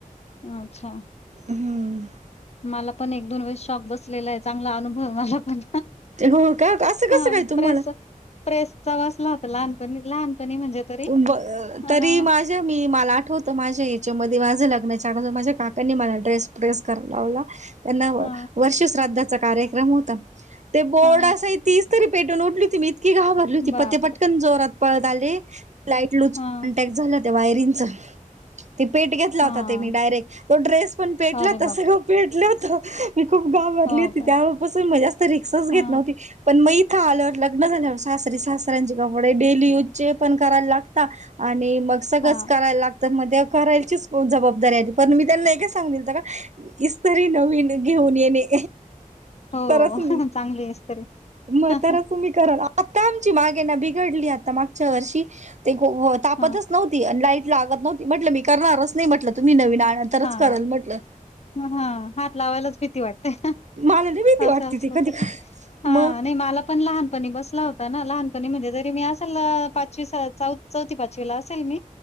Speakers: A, on the left; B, on the right.
A: अच्छा.
B: हम्म
A: मला पण एक दोन वेळेस शॉक बसलेला आहे चांगला अनुभव मला पण.
B: हो का असं
A: हा
B: कसं काय तुम्हाला.
A: प्रेस प्रेसचा वाचला होता लहानपणी लहानपणी म्हणजे. तरी
B: ब अ
A: हा
B: तरी मा जे मी मला आठवत माझ्या या्याच्यामध्ये माझ्या लग्नाच्यागर माझ्या काकनी मला ड्रेस प्र्रेस करायला लावला. त्यांना
A: हा
B: वर्षश्राद्धाचा कार्यक्रम होता ते बोर्ड
A: हा
B: असायत. तीच तरी पेटून उठली होती मी इतकी घाबरली होती
A: बापरे
B: पते पटकन जोरात पळत आले. लाईटलूज
A: हा
B: कॉन्टॅक्ट झाला त्या वायरिंगचा. ते पेट घेतला
A: हा
B: होता त्यांनी डायरेक्ट तो ड्रेस पण पेटला
A: अरे
B: होता
A: बापरे
B: सगळं पेटलं होत. मी खूप घाबरली
A: हो
B: होती
A: का
B: तेव्हापासून मग जास्त रिस्कच घेत
A: हा
B: नव्हती पण मग. हा ल लग्न झाल्यावर सासरी सासऱ्यांचे कपडे डेली यूजचे पण. करायला लागता आणि मग सगळच
A: हा
B: करायला लागत. तर मध्ये करायचीच पन जबाबदारी आ पण मी त्यांना एकच सांगितला का. इस्तरी नवीन घेऊन येणे.
A: हो
B: तरच
A: चांगली आहेस तरी
B: मग
A: हा
B: तर तुम्ही कराल आता आमची मागे ना भी पडली उघडली आता मागच्या वर्षी ग व तापतच
A: हा
B: नव्हती. ती लाईट लागत नव्हती म्हटलं मी करणारच नाही म्हटलं तुम्ही नवीन आणंतरच
A: हा
B: करेल म्हटलं.
A: हा हात लावायलाच भीती वाटतेय.
B: मला लई भीती
A: असं
B: वाटते
A: असल
B: ते कधी
A: तरी हा
B: मग
A: नाही मला पण लहान. पनी बसला होता ना लहानपणी म्हणजे तरी मी असेल ल पाचवी सा चौथी पाचवी ला असेल मी.